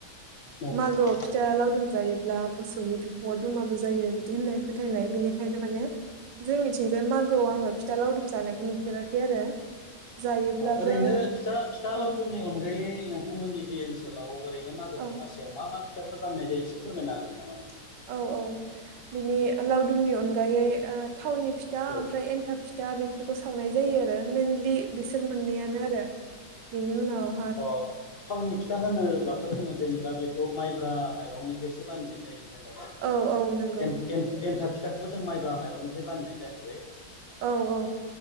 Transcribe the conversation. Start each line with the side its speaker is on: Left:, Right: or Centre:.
Left: नंगौ
Right: मागोआव
Left: नंगौ
Right: फिथा लावदुम जायोब्ला मोसौ नि बिखुङाव दुमालु जायो बिदि होननाय फोथायनाय बिनिखायनो माने जोंनिथिंजाय मागोआव आङो फिथा लावदुम जानायखौ नुफेराखै आरो। जायोब्लाबो
Left: ओरैनो फिथा फिथा
Right: औ
Left: लावदुमनि अनगायै नोंथांमोननि जे ओनसोलाव ओरै मागो
Right: औ
Left: दमासिआव मा मा फिथाफोर बानायनाय जायो इसे फोरमायनो हागोन नामा? नोंथाङा
Right: औ औ बिनि लावदुमनि अनगायै ओ थावनि फिथा
Left: औ
Right: ओमफ्राय एन्थाब फिथा बेफोरखौ सावनाय जायो आरो मेनलि बिसोर मोननैयानो आरो बिनि उनाव
Left: अ थावनि फिथा होनोब्लाथ' जोङो जेनेबा बेखौ माइब्रा माइरंनिफ्रायसो बानायनाय जायो। जेनबा
Right: औ औ नंगौ
Left: एन एन एन्थाब फिथाखौबो जों माइ जा माइरंनिफ्राय बानायनाय जाहैबाय।
Right: औ औ